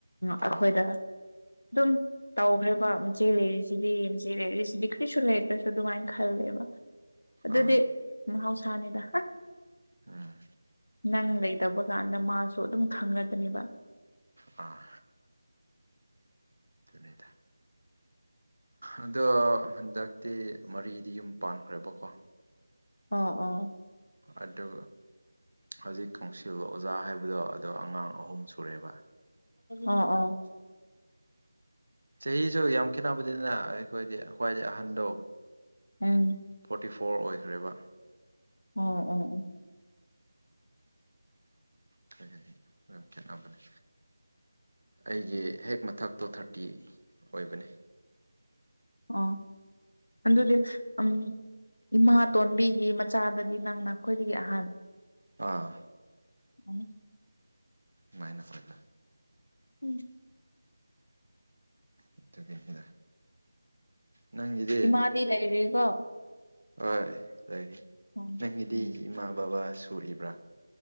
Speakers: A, on the right; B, on the left.
A: ꯑꯥ
B: ꯑꯩꯈꯣꯏꯗ ꯑꯗꯨꯝ ꯇꯧꯈ꯭ꯔꯦꯕ ꯃꯦꯆꯦ ꯂꯩꯔꯤꯁꯤꯗꯤ ꯃꯦꯆꯦ ꯂꯩꯔꯤꯁꯤꯗꯤ ꯀꯔꯤꯁꯨ ꯂꯩꯇ꯭ꯔꯁꯨ ꯑꯗꯨꯃꯥꯏꯅ ꯈꯜꯂꯦꯕ ꯑꯗꯨꯗꯤ
A: ꯑꯥ
B: ꯃꯍꯥꯎꯁꯥꯅꯤꯗ
A: ꯎꯝ
B: ꯅꯪ ꯂꯩꯇꯕ ꯀꯥꯟꯗ ꯃꯥꯁꯨ ꯑꯗꯨꯝ ꯈꯪꯉꯛꯒꯅꯦꯕ
A: ꯑꯥ ꯑꯗꯨꯅꯤꯗ ꯑꯗꯣ ꯍꯟꯗꯛꯇꯤ ꯃꯔꯤꯗꯤ ꯌꯨꯝ ꯄꯥꯟꯈ꯭ꯔꯦꯕꯀꯣ
B: ꯑꯣ ꯑꯣ
A: ꯑꯗꯨ ꯍꯧꯖꯤꯛ ꯀꯥꯎꯁꯤꯜ ꯑꯣꯖꯥ ꯍꯥꯏꯕꯗꯣ ꯑꯗꯣ ꯑꯉꯥꯡ ꯑꯍꯨꯝ ꯁꯨꯔꯦꯕ
B: ꯑꯣ ꯑꯣ
A: ꯆꯍꯤꯁꯨ ꯌꯥꯝ ꯈꯦꯠꯅꯕꯗꯤꯅ ꯑꯩꯈꯣꯏꯗꯤ ꯈ꯭ꯋꯥꯏꯗꯩ ꯑꯍꯟꯗꯣ
B: ꯎꯝ
A: ꯐꯣꯔꯇꯤ ꯐꯣꯔ ꯑꯣꯏꯈ꯭ꯔꯦꯕ
B: ꯎꯝ ꯎꯝ ꯎꯝ
A: ꯈꯒꯅꯤ ꯈꯔꯥ ꯈꯦꯟꯅꯕꯅꯤ ꯑꯩꯒꯤ ꯍꯦꯛ ꯃꯊꯛꯇꯣ ꯊꯥꯔꯇꯤ ꯑꯣꯏꯕꯅꯤ
B: ꯑꯥ ꯑꯗꯨꯗꯤ ꯎꯝ ꯏꯃꯥꯇꯣꯟꯕꯤꯒꯤ ꯃꯆꯥꯗꯗꯤ ꯅꯪꯅ ꯈꯣꯏꯗꯒꯤ ꯑꯍꯥꯟ
A: ꯑꯥ
B: ꯎꯝ
A: ꯃꯥꯏꯅ ꯐꯩꯕ
B: ꯎꯝ
A: ꯑꯗꯨꯒꯤꯅꯤꯗ ꯅꯪꯒꯤꯗꯤ
B: ꯏꯃꯥꯗꯤ ꯂꯩꯔꯤꯀꯣ
A: ꯍꯣꯏ ꯂꯩꯔꯤ
B: ꯎꯝ
A: ꯅꯪꯒꯤꯗꯤ
B: ꯎꯝ
A: ꯏꯃꯥ ꯕꯕꯥ ꯁꯨꯔꯤꯕ꯭ꯔꯥ